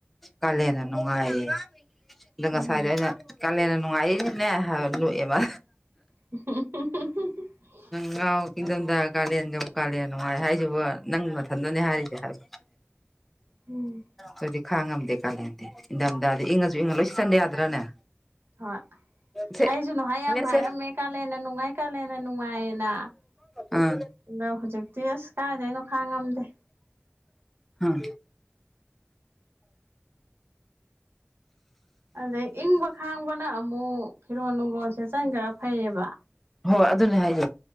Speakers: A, in the centre; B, on the right (about 75°).
A: ꯀꯥꯂꯦꯟꯅ ꯅꯨꯡꯉꯥꯏꯌꯦ ꯂꯉ
B: ꯎꯝ
A: ꯁꯥꯏꯔ ꯑꯩꯅ ꯀꯂꯌꯥ ꯅꯉꯥꯏꯅꯤꯅꯦ ꯑꯦꯕ
B: <unintelligible>
A: ꯉꯥꯎ ꯀꯤꯡꯊꯣꯝꯗ ꯀꯥꯂꯦꯟꯒ ꯀꯥꯂꯦꯟ ꯅꯨꯡꯉꯥꯏ ꯍꯥꯏꯁꯤꯕꯨ ꯅꯪ ꯃꯊꯟꯇꯅꯦ ꯍꯥꯏꯔꯤꯁꯦ ꯍꯥꯏꯕ
B: ꯎꯝ
A: ꯑꯗꯨꯗꯤ ꯈꯥꯡꯉꯝꯗꯦ ꯀꯥꯂꯦꯟꯗ ꯏꯟꯊꯝꯊꯗ ꯏꯪꯉꯁꯨ ꯏꯪꯉ ꯂꯣꯏ ꯁꯤ ꯆꯟꯗꯦ ꯌꯥꯗ꯭ꯔꯅꯦ
B: ꯍꯣꯏ
A: ꯁꯦ
B: ꯑꯩꯁꯨ ꯅ ꯍꯥꯏ ꯌꯥꯝ
A: ꯏꯅꯦꯁꯦ
B: ꯍꯥꯏꯔꯝꯃꯦ ꯀꯥꯂꯦꯅ ꯅꯨꯡꯉꯥꯏ ꯀꯥꯂꯦꯅ ꯅꯨꯡꯉꯥꯏꯌꯦꯅ
A: ꯑꯥ
B: ꯑꯗꯣ ꯍꯧꯖꯤꯛꯇꯤ ꯑꯁ ꯀꯥꯏꯗ ꯑꯩꯅꯣ ꯈꯥꯡꯉꯝꯗꯦ
A: ꯑꯥ
B: ꯑꯗꯩ ꯏꯪꯕ ꯈꯥꯡꯕꯅ ꯑꯃꯨꯛ ꯐꯤꯔꯣꯜ ꯅꯨꯡꯔꯣꯁꯦꯠ ꯆꯟ ꯈꯔ ꯐꯩꯌꯦꯕ
A: ꯍꯣꯏ ꯑꯗꯨꯅꯦ ꯍꯥꯏꯌꯨ